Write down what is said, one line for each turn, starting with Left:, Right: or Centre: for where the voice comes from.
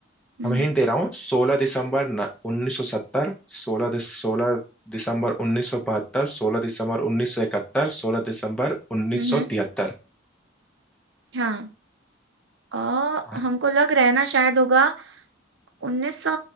Right: हम्म
Centre: हम हिंट दे रहा हूँ सोलह दिसंबर उन्नीस सौ सत्तर सोलह सोलह दिसंबर उन्नीस सौ बहत्तर सोलह दिसंबर उन्नीस सौ इकहत्तर सोलह दिसंबर उन्नीस
Right: हम्म
Centre: सौ
Right: हम्म,
Centre: तिहत्तर
Right: हाँ अ,
Centre: हाँ,
Right: हमको लग रहा है ना शायद होगा उन्नीस सौ